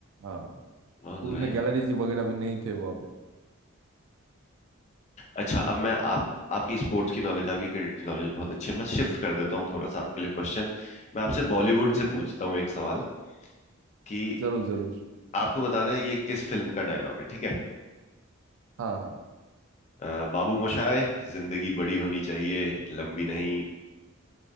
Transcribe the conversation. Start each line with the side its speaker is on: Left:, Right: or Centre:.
Right: हाँ।
Left: ऑलराइट
Right: उतने गैलरीज वगैरह भी नहीं थे वहाँ पे
Left: अच्छा अब मैं आप आपकी स्पोर्ट्स की नॉलेज आपकी क्रिकेट की नॉलेज बहुत अच्छी है मैं शिफ्ट कर देता हूँ थोड़ा सा आपके लिए क्वेश्चन मैं आपसे बॉलीवुड
Right: ठीक
Left: से पूछता
Right: है
Left: हूँ एक सवाल कि
Right: जरूर जरूर
Left: आपको बताना है ये किस फिल्म का डायलॉग है ठीक है
Right: हाँ हाँ
Left: अ, बाबू मोशाय जिंदगी बड़ी होनी चाहिए लंबी नहीं